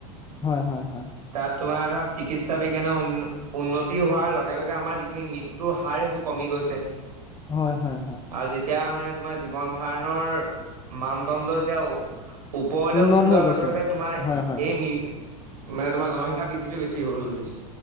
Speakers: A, on the left (about 20°); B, on the right (about 85°).
A: হয়, হয়, হয়,
B: তাত তোমাৰ ধৰা চিকিৎসা বিজ্ঞান উন্নতি হোৱাৰ লগে লগে আমাৰ যি এইখিনি মৃত্যুৰ হাৰ সেইবোৰ কমি গৈছে
A: হয় হয়
B: আৰু যেতিয়া মানে তোমাৰ জীৱন ধাৰণৰ মানদণ্ড এতিয়া ওপৰলৈ
A: উন্নত
B: উঠি যোৱাৰ
A: হৈ গৈছে।
B: লগে লগে তোমাৰ
A: হয়, হয়,
B: এই
A: হয়,
B: মি মানে তোমাৰ জনসংখ্যা বৃদ্ধিটো বেছি হ'ব ধৰিছে